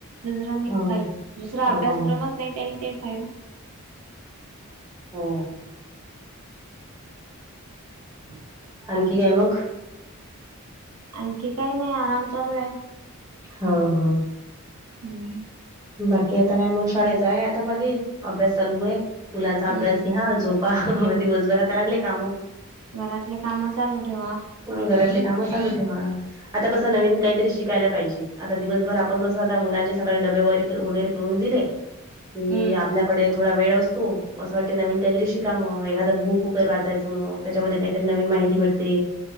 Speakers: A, on the right (about 75°); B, on the right (about 15°).
A: दुसरा नाही
B: हां,
A: काही दुसरा
B: हो,
A: अभ्यासक्रमच
B: हो,
A: ल तेच आहे
B: हो.
A: हम
B: आणखी काय मग
A: आणखी काही नाही आराम चालू आहे
B: हा हा
A: हम्म
B: बाकी आता काय मग शाळेचा आहे आता बाघकी अभ्यास चालू आहे मुलांचा अभ्यास
A: हम्म
B: घ्या झोप दिवसभरा तर लागले काम
A: घरातले काम चालू ठेवा
B: घरातले काम चालू ठेवा आता
A: हम्म
B: कसं नवीन काहीतरी शिकायला पाहिजे आता दिवसभर आपण कसं आता मुलांचे सकाळी डबे व वगैरे करून दिले की
A: हम्म
B: आपल्या डे थोडा वेळ असतो असं वाटत नवीन काहीतरी शिका मग एखादां बुक वगैर वाचायचं मग त्याच्यामध्ये काहीतरी नवीन माहिती मिळते